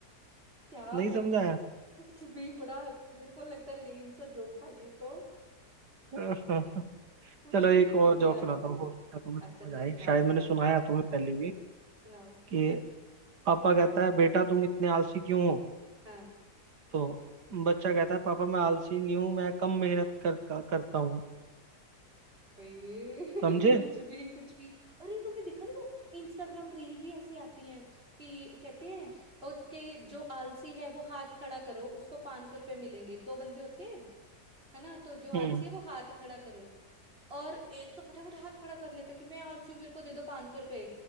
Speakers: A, on the right; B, on the right.
A: क्या
B: नहीं
A: भी
B: समझाया
A: कुछ भी बड़ा मेरे को लगता है लेम सा जोक था ये तो
B: <laughs>
A: कुछ
B: चलो एक
A: भी बोलते
B: और जोक
A: हैं आजकल
B: सुनाता हूँ हो सकता है तुम्हें समझ
A: अच्छा अच्छा सुनाओ
B: आए शायद
A: सुनाओ
B: मैंने सुनाया तुम्हें पहले भी
A: सुनाओ
B: कि पापा कहता है बेटा तुम इतने आलसी क्यों हो
A: हाँ
B: तो बच्चा कहता है पापा मैं आलसी नहीं हूँ मैं कम मेहनत कर, कर, करता हूँ
A: ये
B: समझे
A: <laughs> कुछ भी कुछ भी अरे तुमने देखा नहीं वो इंस्टाग्राम रील भी ऐसी आती हैं कि कहते हैं उसके जो आलसी है वो हाथ खड़ा करो उसको पांच सौ रुपए मिलेंगे दो बंदे होते हैं है ना तो जो आलसी
B: हम्म
A: है वो हाथ खड़ा करो और एक तो फटाफट हाथ खड़ा कर लेता कि मैं आलसी हूँ मेरे को दे दो पांच सौ रुपए